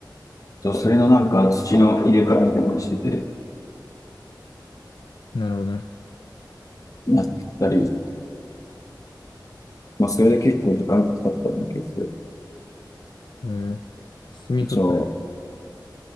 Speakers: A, on the left; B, on the left.
A: そう、それのなんか土の入れ替えみたいにしてて、
B: なるほどね。
A: やったり、まあ、それで結構時間かかったんだけど、
B: えー、睡眠取った。
A: そ